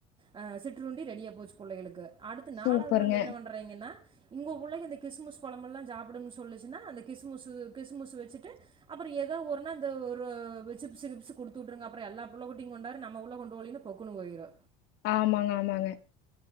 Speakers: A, on the right; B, on the left.
A: ஆஹ் சிற்றுருண்டி ரெடியா போச்சு புள்ளைகளுக்கு அடுத்து நாலாவது
B: சூப்பருங்க.
A: நாள் என்ன பண்றயங்கன்னா உங்கோ புள்ளைங்க இந்த கிஸ்மிஸ் பல மெல்லாம் சாப்புடு சொல்லுச்சுன்னா அந்த கிஸ்முஸ்ஸு கிஸ்முஸ்ஸு வச்சிட்டு அப்பறோ ஏதோ ஒர் நாள் இந்த <unintelligible> சிப்ஸ் கிப்ஸ் குடுத்துட்ருங்க அப்பறோ எல்லா புள்ளகுட்டியும் கொண்டாரு நம்ப புள்ள கொண்டு போலேன்னு பொக்குனு போய்ரு
B: ஆமாங்க ஆமாங்க